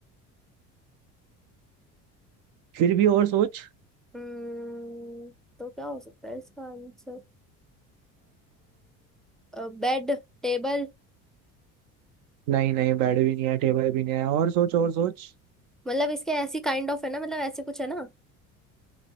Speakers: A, on the right; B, in the centre.
A: फिर भी और सोच
B: हम्म तो क्या हो सकता है इसका आंसर Uh bed टेबल
A: नहीं नहीं बेड भी नहीं है टेबल भी नहीं है और सोच और सोच
B: मतलब इसके ऐसी काइंड ऑफ है ना मतलब ऐसे कुछ है ना